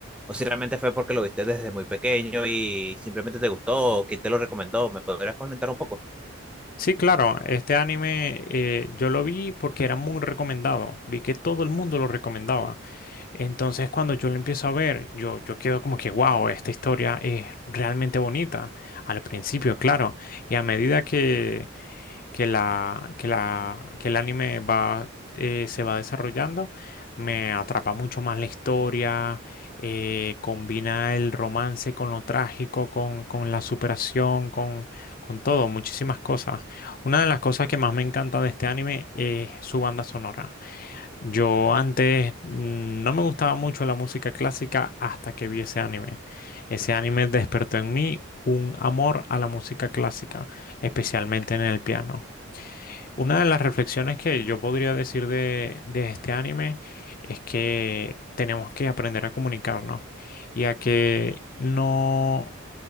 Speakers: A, in the centre; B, on the left.
A: o si realmente fue porque lo viste desde muy pequeño y simplemente te gustó o quién te lo recomendó? ¿Me podrías comentar un poco?
B: Sí, claro, este anime eh, yo lo vi porque era muy recomendado, vi que todo el mundo lo recomendaba. Entonces cuando yo lo empiezo a ver, yo, yo quedo como que, wow, esta historia es realmente bonita, al principio, claro, y a medida que, que la, que la, que el anime va, eh, se va desarrollando, me atrapa mucho más la historia, eh, combina el romance con lo trágico, con, con la superación, con, con todo, muchísimas cosas. Una de las cosas que más me encanta de este anime es su banda sonora. Yo antes mm, no me gustaba mucho la música clásica hasta que vi ese anime. Ese anime despertó en mí un amor a la música clásica, especialmente en el piano. Una de las reflexiones que yo podría decir de, de este anime es que tenemos que aprender a comunicarnos y a que no